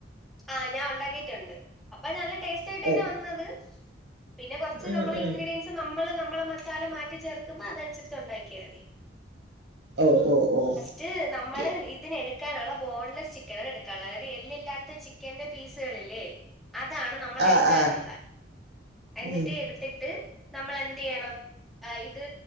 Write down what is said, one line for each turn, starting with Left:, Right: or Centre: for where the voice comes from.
Centre: ആഹ് ഞാൻ ഉണ്ടാക്കിയിട്ടുണ്ട് അപ്പൊ നല്ല ടേസ്റ്റ് ആയിട്ട് തന്നെ
Right: ഓ
Centre: വന്നത് പിന്നെ കുറച്ച്
Right: ഉം,
Centre: നമ്മൾ
Right: ഉം.
Centre: ഇൻഗ്രീഡിയൻസ് പ്പം നമ്മൾ നമ്മളെ മസാല മാറ്റി ചേർക്കുമ്പോൾ അതനുസരിച്ച് ഉണ്ടാക്കിയാൽ മതി
Right: ഓ ഓ ഓ
Centre: ഇത് നമ്മള്
Right: ഓക്കെ
Centre: ഇതിന് എടുക്കാനുള്ള ബോൺലെസ് ചിക്കനാണ് എടുക്കാനുള്ളത് അതായത് എല്ലില്ലാത്ത ചിക്ക ക്കന്റെ പീസുകളില്ലേ അതാണ് നമ്മൾ
Right: ആ
Centre: എടുക്കാനുള്ളത്
Right: ആ
Centre: എന്നിട്ട്
Right: ഉം.
Centre: എടുത്തിട്ട് നമ്മൾ എന്തെയ്യണം ഇത്